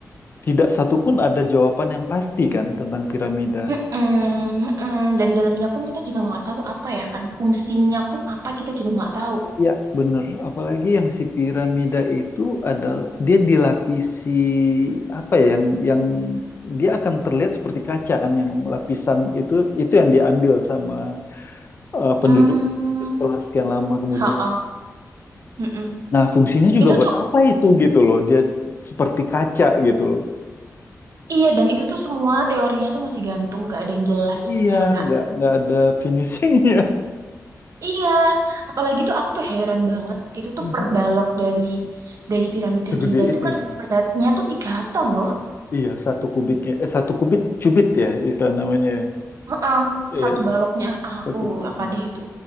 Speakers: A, on the left (about 40°); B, on the right (about 65°).
A: tidak satu pun ada jawaban yang pasti kan tentang piramida.
B: Mm-mm, mm-mm. dan dalamnya pun kita juga nggak tahu apa ya kan fungsinya pun apa kita juga nggak tahu
A: Iya, bener. Apalagi yang si piramida itu adalah dia dilapisi apa ya yang yang dia akan terlihat seperti kaca kan yang lapisan itu itu yang diambil sama eh, penduduk
B: hmm
A: itu setelah sekian lama kemudian.
B: ha-ah, mm-mm.
A: Nah, fungsinya juga
B: itu
A: buat
B: tuh
A: apa itu gitu loh. Dia seperti kaca gitu loh.
B: Iya, dan itu tuh semua teorinya tuh masih gantung, gak ada yang jelas,
A: Iya,
B: ya kan Kak?
A: nggak nggak ada finishingnya.
B: Iya, apalagi tuh aku tuh heran banget, itu tuh
A: Mhm.
B: per balok dari dari piramida
A: Segede
B: Giza itu
A: itu
B: kan
A: ya.
B: beratnya tuh tiga ton loh,
A: Iya, satu kubiknya eh satu kubit cubit ya istilah namanya. ya.
B: Heeh,
A: Iya,
B: satu baloknya, ah
A: satu
B: aku
A: batang.
B: apa deh itu,